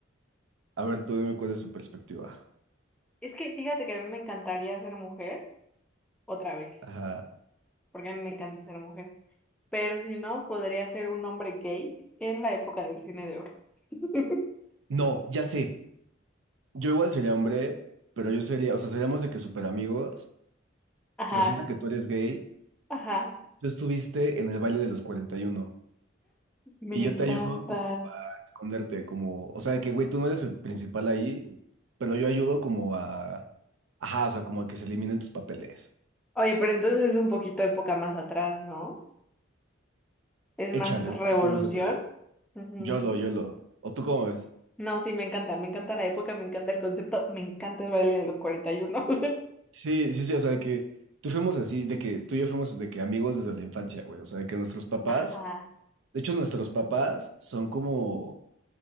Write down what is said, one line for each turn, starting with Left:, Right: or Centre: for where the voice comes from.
Right: A ver, tú dime cuál es su perspectiva.
Centre: Es que fíjate que a mí me encantaría ser mujer otra vez,
Right: Ajá.
Centre: porque a mí me encanta ser mujer. pero si no, podría ser un hombre gay en la época del cine de oro. <laughs>
Right: No, ya sé. Yo igual sería hombre, pero yo sería, o sea, seríamos de que super amigos.
Centre: Ajá,
Right: Resulta que tú eres gay
Centre: ajá,
Right: Tú estuviste en el baile de los 41 y uno
Centre: me
Right: y yo
Centre: encanta.
Right: te ayudo como a esconderte, como, o sea, de que, güey, tú no eres el principal ahí, pero yo ayudo como a, ajá, o sea, como a que se eliminen tus papeles.
Centre: Oye, pero entonces es un poquito época más atrás, ¿no? Es
Right: Échale
Centre: más
Right: un poquito
Centre: revolución.
Right: más atrás.
Centre: Ujú.
Right: Yo lo, yo lo. ¿O tú cómo ves?
Centre: No, sí, me encanta, me encanta la época, me encanta el concepto, me encanta el baile de los cuarenta y uno
Right: Sí, sí, sí, o sea, de que tú fuimos así, de que tú y yo fuimos de que amigos desde la infancia, güey, o sea, de que nuestros papás,
Centre: <laughs> Ajá,
Right: de hecho, nuestros papás son como,